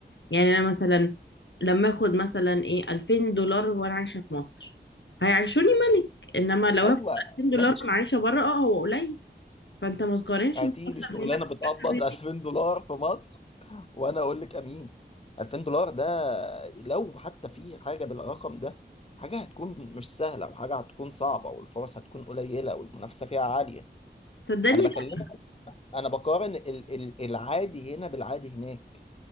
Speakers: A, on the left (about 85°); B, on the left (about 35°).
A: يعني انا مثلا لما اخد مثلا ايه 2000 دولار وانا عايشه في مصر هيعيشوني ملك انما لو هاخد
B: أيوه
A: 2000 دولار
B: ماشي
A: وانا عايشه بره اه هو قليل فانت ما تقارنش
B: هتيجي
A: مرتب
B: شغلانة
A: هنا بمرتب
B: بتقبض
A: هناك.
B: 2000 دولار في مصر وانا اقول لك امين 2000 دولار ده لو حتى في حاجه بالرقم ده حاجه هتكون مش سهله وحاجه هتكون صعبه والفرص هتكون قليله والمنافسه فيها عاليه
A: صدقني
B: انا
A: لا
B: بكلمك انا بقارن ال ال العادي هنا بالعادي هناك